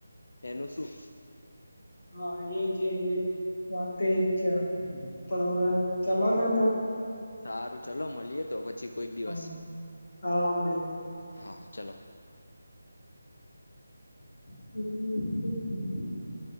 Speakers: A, on the left; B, on the left.
A: એનું શું?
B: હા, એજજજ વાત એજ છે, પણ હવે ચાલવા ના તો
A: સારું ચલો મળીએ તો પછી કોઈક દિવસ
B: હમ હા મળ્યું
A: હા ચલો.
B: <unintelligible>